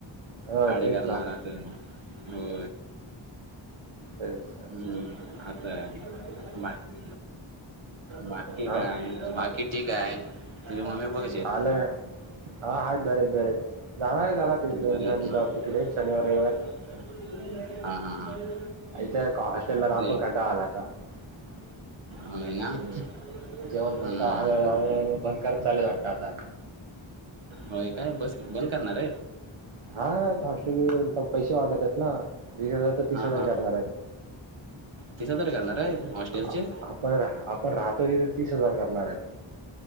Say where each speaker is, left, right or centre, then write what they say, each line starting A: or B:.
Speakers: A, on the right; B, on the right.
A: हो,
B: खाडे
A: तेच
B: करणार.
A: ना.
B: हो
A: तेज
B: हम्म आता मंग बाकी
A: हां,
B: काय बाकी ठीक, आहे, तुझे मम्मी पप्पा कसेत
A: आलं, काय हा आहेत बरेत, बरेत जाणार आहे जाणार
B: आहेत
A: दोन
B: बरे
A: दिवसाांनंतर
B: आहेत ना
A: तिकडे शनिवार रविवारज्ञ
B: हा हा हा
A: ओ
B: ते होय ना
A: ह, जेवून,
B: हम्म
A: पण का हळूहळू बंद करीत चालले वाटतं आत्ता.
B: होय काय बस बंद करणार आहे
A: हा हॉस्टेल तर पैसे वाढत, आहेत ना वीस हजार तर तीस
B: हा
A: हजार
B: हा
A: करणार आहेत
B: तीस हजार करणारे हॉस्टेलचे
A: आ- आपण आपण राहतो तिथ तीस हजार करणार आहेत